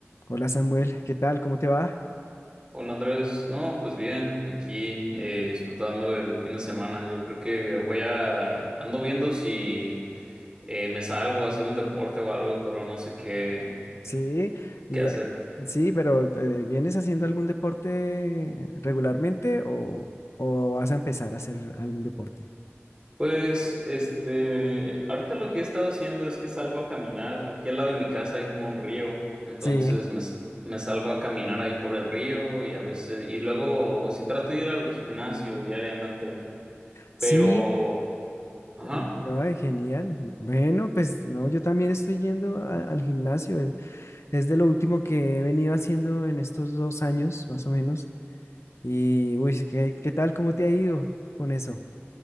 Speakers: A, on the left (about 85°); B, on the right (about 20°).
A: Hola Samuel, ¿qué tal? ¿Cómo te va?
B: Hola Andrés, no, pues bien, aquí eh, disfrutando el fin de semana. Yo creo que voy a, ando viendo si eh, me salgo a hacer un deporte o algo, pero no sé qué,
A: Sí, y,
B: qué hacer.
A: eh, sí, pero eh, ¿vienes haciendo algún deporte regularmente o, o vas a empezar a hacer algún deporte?
B: Pues, este, ahorita lo que he estado haciendo es que salgo a caminar. Aquí al lado de mi casa hay como un río, entonces
A: Sí,
B: me, s- me salgo a caminar ahí por el río y a veces, y luego sí trato de ir al gimnasio diariamente,
A: sí,
B: pero, ajá.
A: eh, ay, genial. Bueno, pues no, yo también estoy yendo a- al gimnasio. Es, es de lo último que he venido haciendo en estos dos años, más o menos. Y, uy, ¿qué, qué tal? ¿Cómo te ha ido con eso?